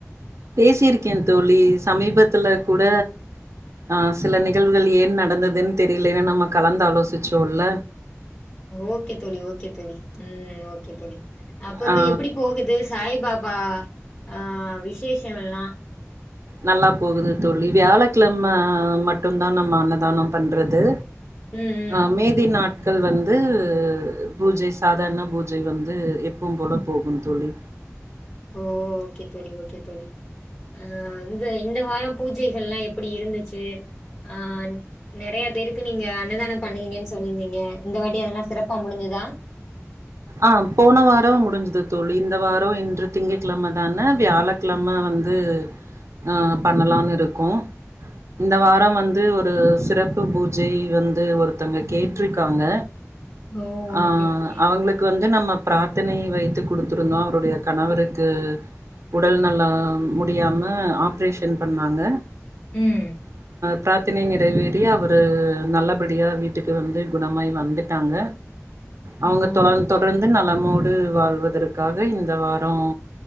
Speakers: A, on the right; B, on the left.
A: பேசிருக்கே தோழி, சமீபத்துல கூட ஆ சில நிகழ்வுகள் ஏன் நடந்துதுன்னு தெரிலனு நம்ம கலந்தாலோசிச்சோ இல்ல
B: ஓகே தோழி, ஓகே தோழி, ம் ஓகே தோழி அப்பறோ
A: ஆ
B: எப்டி போகுது சாய் பா பா ஆ, விசேஷம் எல்லா
A: நல்லா போகுது தோழி, வியாழக்கிழம மட்டுந்தா நம்ம அன்னதானம் பண்றது
B: ம் ம்
A: அ, மீதி நாட் கள் வந்து பூஜை சாதாரண பூஜை வந்து எப்பவு போல போகும் தோழி,
B: ஓ, ஓகே தோழி, ஓகே தோழி, ஆ இந்த இந்த வாரம் பூஜைகள்லா எப்டி இருந்துச்சு ஆ நெறயா பேருக்கு நீங்க அன்னதானம் பண்ணுவீங்கனு சொல்லிருந்தீங்க இந்த வாட்டி அதெல்லா சிறப்பா முடிஞ்சுதா
A: ஆ, போன வாரம் முடிஞ்சுது தோழி, இந்த வாரம் இன்று திங்ககிழம தான வியாழக்கிழம வந்து ஆ பண்ணலானு இருக்கோ, இந்த வாரம் வந்து ஒரு சிறப்பு பூஜை வந்து ஒருத்தங்க கேட்ருக்காங்க
B: ஓ
A: ஆ
B: ஓகே ஓகே
A: அவங்களுக் நம்ம பிராத்தனை வைத்து குடுத்துருந்தோ அவருடைய கணவருக்கு உடல் நலம் முடியாம ஆப்ரேஷன் பண்ணாங்க
B: ம்
A: பிராத்தனை நிறைவேறி அவரு நல்லபடியா வீட்டுக்கு வந்து குணமாய் வந்துட்டாங்க அவுங்க
B: ஓ
A: தொடர்
B: ஓகே
A: தொடர்ந்து
B: ஓகே
A: நலமோடு வாழ்வதற்காக இந்த வாரம்